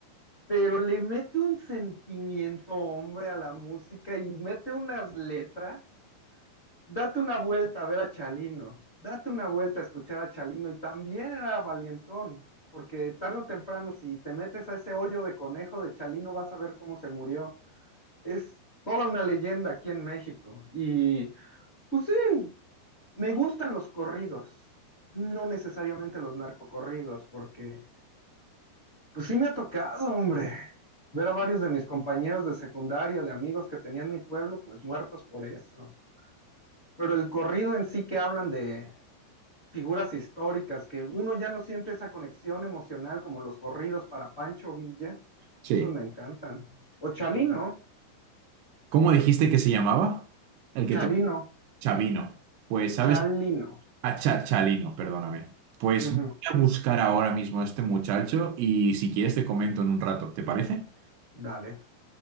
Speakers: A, on the left; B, on the right.
A: Pero le mete un sentimiento, hombre, a la música y mete unas letras. Date una vuelta a ver a Chalino. Date una vuelta a escuchar a Chalino. Y también era valientón, porque tarde o temprano, si te metes a ese hoyo de conejo de Chalino, vas a ver cómo se murió. Es toda una leyenda aquí en México. Y pues sí, Me gustan los corridos, no necesariamente los narcocorridos, porque pues sí me ha tocado, hombre, ver a varios de mis compañeros de secundaria, de amigos que tenía en mi pueblo, pues muertos por eso. Pero el corrido en sí que hablan de figuras históricas, que uno ya no siente esa conexión emocional como los corridos para Pancho Villa,
B: Sí.
A: esos me encantan. O Chalino,
B: ¿Cómo dijiste que se llamaba? El que
A: Chalino,
B: te... Chavino. Pues, ¿sabes?
A: Chalino.
B: A Cha- Chalino, perdóname. Pues
A: Ujú,
B: voy a buscar ahora mismo a este muchacho y si quieres te comento en un rato, ¿te parece?
A: Dale.